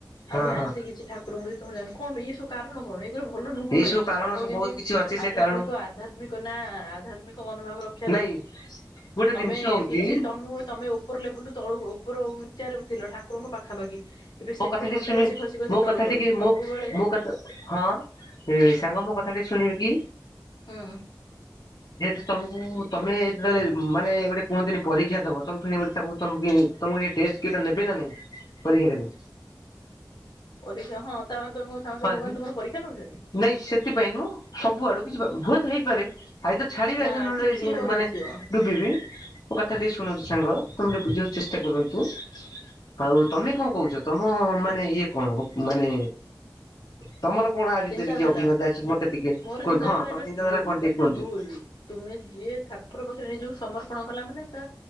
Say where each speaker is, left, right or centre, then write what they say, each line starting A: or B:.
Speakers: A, on the left; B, on the left.
A: ହଁ
B: ଆଉ ଧ୍ୟାନ
A: ହଁ
B: ସେ କିଛି ଠାକୁରଙ୍କୁ ତମ ଜା କଣ ଏଇବୁ କାରଣ କଣ ଏ ଭଲ ନୁହଁ
A: ଏଇ
B: ଭାଇ
A: ସବୁ କାରଣ
B: ଆପଣ
A: ସବୁ
B: କେମିତି
A: ବହୁତ କିଛି ଅଛି ସେ
B: ଆଧ୍ୟାତ୍ମିକ
A: କାରଣ
B: ଆଧ୍ୟାତ୍ମିକ ନା ଆଧ୍ୟାତ୍ମିକ ମନୋଭାବ ରକ୍ଷା
A: ନାଇଁ। ଗୋଟେ
B: ତମେ
A: ଜିନିଷ ହଉଛି
B: କିଛି ତମ ତମେ ଉପର ଲେବୁଲ ତଳ ଉପରୁ ଉଚ୍ଚାରେ ଥିଲ ଠାକୁରଙ୍କ ପାଖାପାଖି ଏବେ
A: ମୋ
B: ସେଠୁ
A: କଥାଟି
B: ଖସି
A: ଶୁଣି
B: ଖସି ଖସି ଖସି
A: ମୋ
B: ତଳକୁ
A: କଥାଟିକି
B: ଆଉଛି ସବୁବେଳେ
A: ମୋ ମୋ ହଁ ସାଙ୍ଗ ମୋ କଥା ଟିକେ ଶୁଣିବି କି?
B: ହୁଁ।
A: ଯେହେତୁ ତମକୁ ତମେ ଯେତେବେଳେ ମାନେ ଗୋଟେ କୁହନ୍ତିନି ପରୀକ୍ଷା ଦବ ତମେ ତା ତମ ଟେଷ୍ଟ କରିକି ନେବେ ନା। ନାଇଁ ପରୀକ୍ଷାଦେବୁ।
B: ଓଡ଼ିଶା ହଁ ତାମାନେ ତମେ କଣ ଚାହୁଁଛ
A: ହଁ
B: ଭଗବାନ ତୁମର ପରୀକ୍ଷା ନଉଛନ୍ତି
A: ନାଇଁ ସେଥିପାଇଁ ନୁହଁ ସବୁଆଡୁ କିଛି ହୁଏ ତ ହେଇପାରେ। ଆାଇ ତ ଛାଡିବି
B: ନା
A: ଏଦିନଲେ
B: କିଛି
A: ଯ
B: ହଉନଥିବ।
A: ମାନେ ଡୁବିବି ମୋ କଥା ଟିକେ ଶୁଣ ସାଙ୍ଗ ତମେ ବୁଝିବାକୁ ଚେଷ୍ଟା କରନ୍ତୁ। ହଉ ତମେ କଣ କହୁଚ ତମ ମାନେ ଇଏ କଣ ମାନେ ତମର କଣ ଆ ଭିତରେ
B: ଚିନ୍ତାଧାରା
A: କିଛି ଅଭିଜ୍ଞତା ଅଛି ମତେ ଟିକେ
B: ମୋର
A: କୁହନ୍ତୁ
B: ଚିନ୍ତାଧାରା
A: ହଁ
B: ଏଟା
A: ତମ ଚିନ୍ତାଧାରା
B: ଭୁଲ
A: କଣ ଟିକେ କୁହନ୍ତୁ।
B: ଭୁଲ। ତୁମେ ଯିଏ ଠାକୁର ପାଖରେ ନିଜକୁ ସମର୍ପଣ କଲା ମାନେ ତା